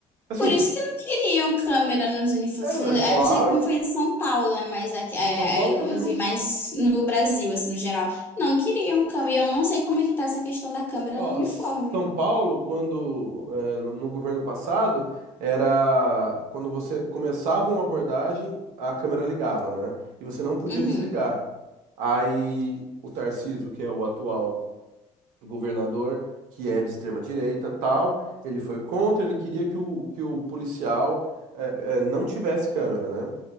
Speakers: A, on the right (about 90°); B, on the left (about 15°).
A: Assim,
B: Por isso que não queriam câmera nos uniformes.
A: É,
B: Eu
A: é claro.
B: não sei como foi em São Paulo, né, mas aqui, é,
A: São Paulo
B: é, no-
A: também
B: eu
A: não.
B: vi mais no Brasil, assim, no geral. Não queriam câmera. E eu não sei como é que tá essa questão da câmera
A: Ó,
B: no uniforme.
A: São Paulo, quando é, no, no governo passado, era quando você começava uma abordagem, a câmera ligava, né? E você não podia
B: Uhum.
A: desligar. Aí o Tarcísio, que é o atual governador, que é de extrema direita, tal, ele foi contra, ele queria que o, que o policial é, é, não tivesse câmera, né?